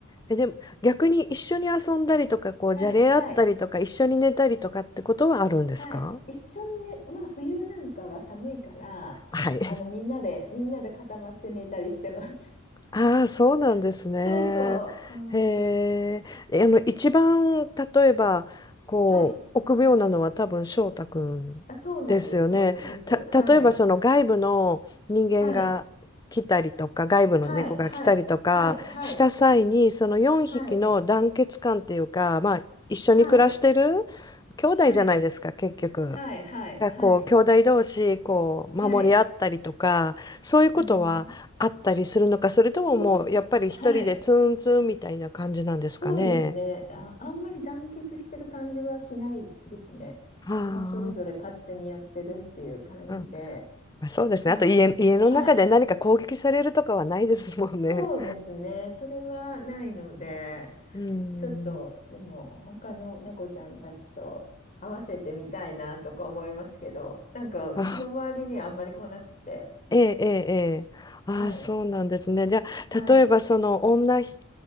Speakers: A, on the left; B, on the left.
A: え、でも逆に一緒に遊んだりとか、こう、
B: はい、
A: じゃれ合ったりとか、
B: はい、
A: 一緒に寝たりとかってことはあるんですか
B: はい。一緒にね、まあ冬なんかは寒いから、
A: はい。
B: あのみんなで、みんなで固まって寝たりしてます。
A: ああ、そうなんですね。
B: <laughs> そうそう。う
A: へ
B: ん。
A: え、えあの、一番、例えば、こう、
B: はい。
A: 臆病なのは多分翔太くんですよね。
B: あ、そうなんです、そうなんです。
A: た、
B: はい。
A: 例えば、その外部の人間が来たりとか、
B: はい。
A: 外部の猫が来たりとかした際に、
B: はい。はい。はい。
A: その4匹の団結感っていうか、
B: はい。
A: まあ、一緒に暮らしてる
B: はい。
A: 兄弟じゃないですか、
B: はい。
A: 結局。
B: はい。はい。
A: がこう兄弟同士こう守り合ったりとかそういうことはあったりするのか、
B: はい。はい。はい。うん。
A: それとももうやっぱり一人でツンツンみたいな感じなんですかね。
B: そう、そう。はい。そうですね。あ、あんまり団結してる感じはしないですね。
A: はあ、
B: もうそれぞれ勝手にやってるっていう感じで。
A: うん、まあそうですね。
B: はい。
A: あと家、家の中で何か攻撃されるとかはないですもんね。
B: はい。そうですね。それはないので、
A: うん。
B: ちょっと、でも、他の猫ちゃんたちと合わせてみたいなとか思いますけど、なんか、うちの周りにはあんまり来なくて。
A: あ、ええ、ええ、ええ。ああ、
B: はい。
A: そうなんですね。じゃあ、
B: はい。
A: 例えばその女ひ